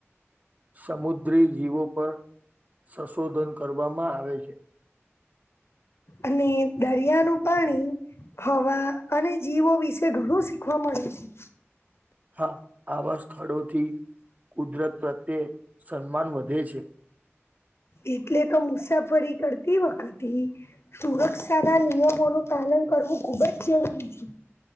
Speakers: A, on the right (about 35°); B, on the left (about 60°).
A: સમુદ્રી જીવો પર સંશોધન કરવામાં આવે છે. <inaudible>
B: અને દરિયાનું પાણી હવા અને જીવો વિશે ઘણું શીખવા મળે છે.
A: હા આવા સ્થળોથી કુદરત પ્રત્યે સન્માન વધે છે.
B: એટલે તો મુસાફરી કરતી વખતે સુરક્ષાના નિયમોનું પાલન કરવું ખુબ જ જરૂરી છે.